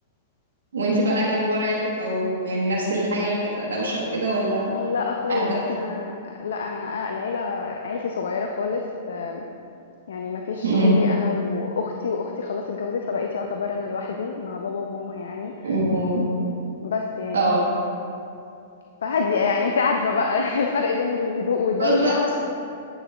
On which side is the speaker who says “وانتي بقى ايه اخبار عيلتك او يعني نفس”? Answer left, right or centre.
Right